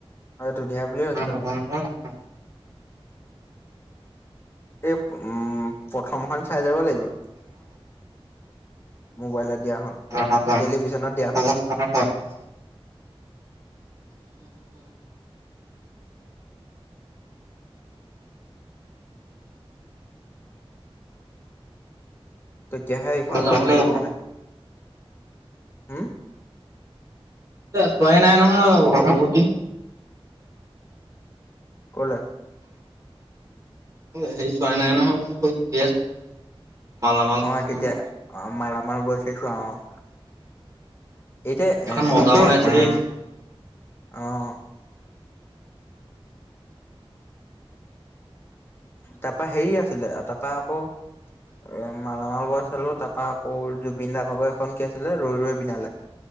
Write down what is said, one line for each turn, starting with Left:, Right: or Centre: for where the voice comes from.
Left: অ', ধুনীয়া বুলিয়ে কৈছে
Right: <unintelligible>
Left: চবেই এই উম, প্ৰথমখন চাই যাব লাগিব। মোবাইলত দিয়াখন,
Right: প্ৰথমখন
Left: টেলিভিছনত দিয়াখন।
Right: <unintelligible> <unintelligible>
Left: তেতিয়াহে এইখনো
Right: যাব
Left: বুজি
Right: লাগিব।
Left: পাম মানে। হম্?
Right: চোৱাই নাই নহয় বহুত দিন।
Left: ক'লে?
Right: সেই চোৱা নাই নহয় বোলো তেতিয়াই চোৱা। মালামাল
Left: অ',
Right: বইজখন।
Left: তেতিয়াই অ', মালামাল বইজেই চোৱা অ'। এতিয়া
Right: এখন
Left: এ
Right: মজা
Left: হেৰি
Right: বনাইছে
Left: এখনো
Right: দেই।
Left: আহিছে, অ'। তাৰপা হেৰি আছিলে তাৰপা আকৌ এ মালামাল বয়জ চালো, তাৰ পৰা আকৌ জুবিন দা ভাগৰ এখন কি আছিলে ৰৈ ৰৈ বিনালে।